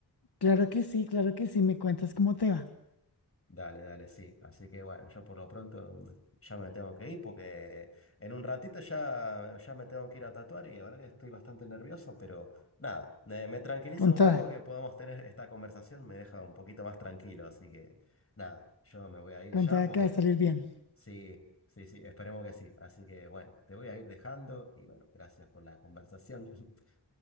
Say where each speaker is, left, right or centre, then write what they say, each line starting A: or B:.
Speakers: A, on the left; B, on the left.
A: Claro que sí, claro que sí, me cuentas cómo te va.
B: Dale, dale, sí. Así que bueno, yo por lo pronto me- ya me tengo que ir porque en un ratito ya, ya me tengo que ir a tatuar y la verdad que estoy bastante nervioso, pero nada, me, me tranquiliza
A: Con
B: un
A: toda.
B: poco que podamos tener esta conversación, me deja un poquito más tranquilo, así que nada, yo me voy a ir
A: Contada
B: ya porque
A: que va a salir bien.
B: sí, sí, sí, esperemos que sí. Así que bueno, te voy a ir dejando y bueno, gracias por la conversación. <laughs>